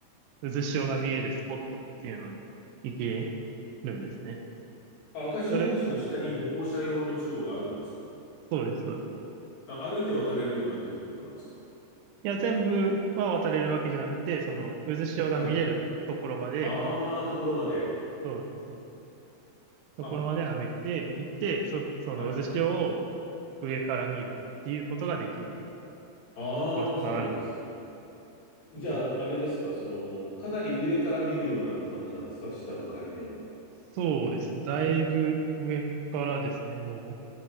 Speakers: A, on the right; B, on the left.
A: 渦潮が見えるスポットっていうのに行けるんですね。
B: あ赤潮大橋の下に歩行者用の通路があるんですか
A: それ、そうです、そうです。
B: あ、歩いて渡れるようになってるってことなんですか
A: いや、全部は渡れるわけじゃなくて、その渦潮が見れるところまで、
B: はい。ああ、ところまで。
A: そうです。ところまで歩いて行って、
B: あ、
A: そ、その渦潮を
B: はい。
A: 上から見るっていうことができる
B: ああ、
A: 場所があるんです。
B: そうなんですね。じゃあ、
A: そう
B: あれですか、その、かなり上から見るような感じなんですか下の海面を。
A: そうですね。だいぶ上からですね、も